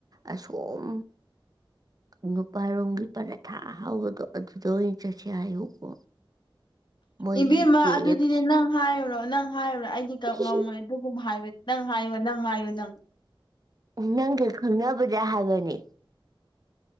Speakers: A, on the right (about 45°); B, on the left (about 55°).
A: ꯑꯁꯣꯝ
B: <unintelligible>
A: ꯅꯨꯄꯥꯔꯣꯝꯒꯤ ꯄꯔꯥꯊꯥ ꯍꯥꯎꯕꯗꯣ ꯑꯗꯨꯗ ꯑꯣꯏꯅ ꯆꯠꯁꯦ ꯍꯥꯏꯌꯨꯀꯣ ꯃꯣꯏꯒꯤ
B: ꯏꯕꯦꯝꯃ
A: ꯀꯦ
B: ꯑꯗꯨꯗꯤꯅꯦ
A: ꯑꯦꯐ
B: ꯅꯪ ꯅꯪ ꯍꯥꯏꯔꯨꯔꯣ ꯅꯪ ꯍꯥꯏꯔꯨꯔꯣ ꯑꯩꯗꯤ ꯀ
A: ꯁꯤ
B: ꯉꯝꯃꯣꯏ ꯑꯗꯨꯒꯨꯝꯕ ꯍꯥꯏꯕ ꯅꯪ ꯍꯥꯏꯌꯣ ꯅꯪ ꯍꯥꯏꯌꯣ ꯅꯪ
A: ꯅꯪꯒ ꯈꯪꯅꯕꯗ ꯍꯥꯏꯕꯅꯤ